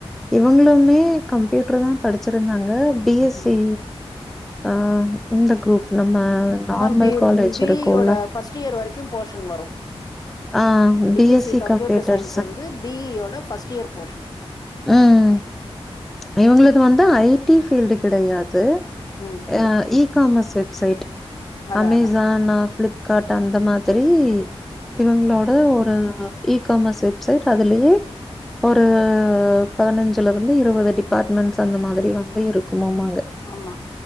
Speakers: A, in the centre; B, on the left (about 35°).
A: இவுங்களுமே கம்ப்யூட்ரு தா படிச்சுருந்தாங்க பி எஸ்
B: ம்
A: சி அ இந்த குரூப் நம்ம normal
B: அதா B
A: college
B: B
A: இருக்கும்ல.
B: E யோட ஃபர்ஸ்ட் இயர் வரைக்கு போர்ஷன் வரு
A: ஆ
B: B
A: BSc
B: S C computer
A: computer
B: science வந்து பி இ யோட ஃபர்ஸ்ட் இயர் போர்ஷன்
A: ம் இவங்களுது வந்து ஐடி பீல்டு கெடையாது
B: ம் ம்
A: அ இ காமர்ஸ் வெப்சைட்
B: அதா
A: அமேசான்
B: அதா
A: அ ஃப்லிப் காட் அந்த மாதிரி இவங்களோட ஒரு இ காமர்ஸ் வெப்சைட் அதுலயே ஒரு பதினஞ்சுல இருந்து இருவது டிபார்ட்மெண்ட்ஸ் அந்த மாதிரி வந்து இருக்குமோமாங்க
B: ஆமா